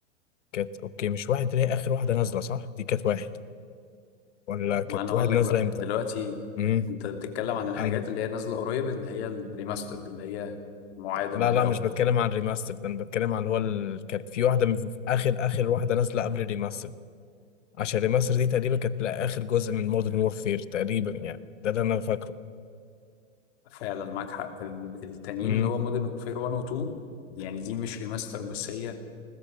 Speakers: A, on the left; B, on the left.
A: كانت اوكي مش واحد اللي هي اخر واحده نازله صح دي كانت واحد ولا كانت
B: ما انا
A: واحد
B: اقول
A: نازله
B: لك بقى
A: امتى
B: دلوقتي
A: امم
B: انت بتتكلم عن الحاجات
A: أنا...
B: اللي هي نازلة قريب اللي هي الريماسترد اللي هي معادة
A: لا
B: من الاول
A: لا مش بتكلم عن الريماستر ده انا بتكلم عن اللي هو ال... كان في واحده من اخر اخر واحده نازله قبل الريماستر عشان الريماستر دي تقريبا كانت لا اخر جزء من مودرن وورفير تقريبا يعني ده اللي انا فاكره
B: فعلا معاك حق ال- التانيين
A: امم
B: اللي هو مودرن وفير 1 و 2 يعني دي مش ريماستر بس هي